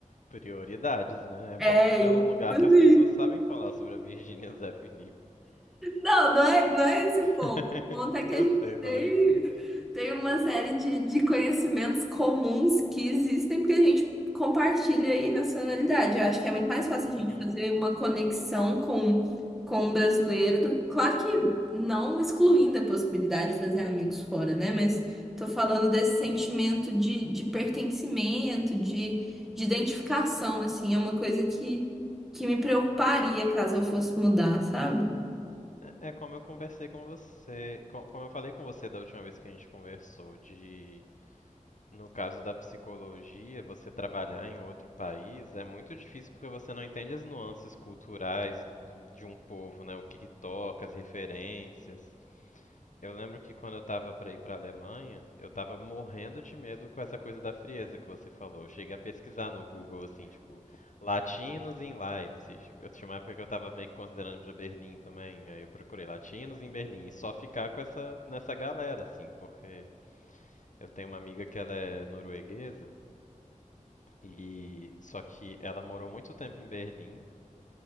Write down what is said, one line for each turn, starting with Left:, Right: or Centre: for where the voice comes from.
Left: Prioridades, né? É
Centre: É,
Left: bom ficar
Centre: e,
Left: num lugar
Centre: tipo
Left: que as pessoas sabem falar sobre a Virgínia Zé Felipe.
Centre: Não, não é, não é esse o ponto.
Left: <laughs>
Centre: O ponto é que
Left: Eu
Centre: a gente
Left: sei, tô
Centre: tem,
Left: brincando.
Centre: tem uma série de, de conhecimentos comuns que existem porque a gente compartilha aí nacionalidade. Eu acho que é muito mais fácil
Left: Uhum.
Centre: a gente fazer uma conexão com, com um brasileiro. do- claro que não excluindo a possibilidade de fazer amigos fora, né? Mas tô falando desse sentimento de, de pertencimento, de, de identificação, assim. É uma coisa que, que me preocuparia caso eu fosse mudar, sabe?
Left: É é como eu conversei com você, co- como eu falei com você da última vez que a gente conversou, de No caso da psicologia, você trabalhar em outro país é muito difícil porque você não entende as nuances culturais de um povo, né? O que que toca, as referências. Eu lembro que quando eu tava pra ir pra Alemanha, eu tava morrendo de medo com essa coisa da frieza que você falou. Eu cheguei a pesquisar no Google, assim, tipo, latinos em Leipzig. Eu tinha uma época que eu tava meio que considerando ir pra Berlim também, aí eu procurei latinos em Berlim e só ficar com essa, nessa galera, assim, porque eu tenho uma amiga que ela é norueguesa e só que ela morou muito tempo em Berlim